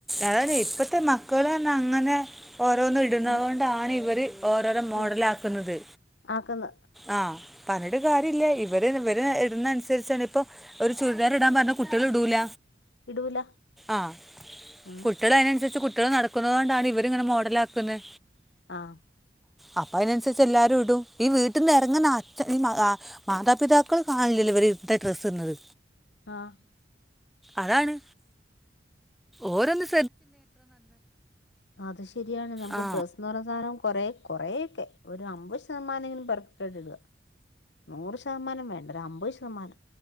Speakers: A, in the centre; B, on the left.
A: അതാണേ ഇപ്പഴത്തെ മക്കൾ തന്നെ അങ്ങനെ <unintelligible> ഓരോന്നും ഇടുന്നതുകൊണ്ടാണ്
B: ഉം.
A: ഇവര് ഓരോരോ മോഡലാക്കുന്നത്.
B: ഉം. ആക്കുന്ന
A: ആ പറഞ്ഞിട്ട് കാര്യമില്ല. ഇവര് ഇവര് ഇടുന്നനുസരിച്ചാണ് ഇപ്പോ ഒരു ചുരിദാർ ഇടാൻ പറഞ്ഞ കുട്ടികൾ ഇടൂല.
B: ഇടൂല
A: ആഹ്
B: ഏ
A: കുട്ടികൾ അതിനനുസരിച്ച് കു ക്കൾ നടക്കുന്നത് കൊണ്ടാണ് ഇവർ ഇങ്ങനെ മോഡലാക്കുന്നേ.
B: ആഹ്
A: അപ്പൊ അതിനനുസരിച്ച് എല്ലാരും ഇടും. ഈ വീ ട്ടിന്ന് ഇറങ്ങുന്നച്ച ഇ മ മാതാപിതാക്കൾ കാണലില്ലല്ലോ ഇത്ത ഡ്രസ്സ് ഇടുന്നത്.
B: ആഹ്
A: അതാണ് ഓര് അന്ന്
B: അത് ശരിയാണ് നമുക്ക്
A: ആ
B: ഡ്രസ്സ്ന്ന് പറഞ്ഞ സാധനം കൊറെ കൊറെ ഒരു അമ്പത് ശതമാനങ്കിലും പെർഫെക്ട് ആയിട്ട് ഇടുക നൂറ് ശതമാനം വേണ്ട ഒരു അമ്പത് ശതമാനം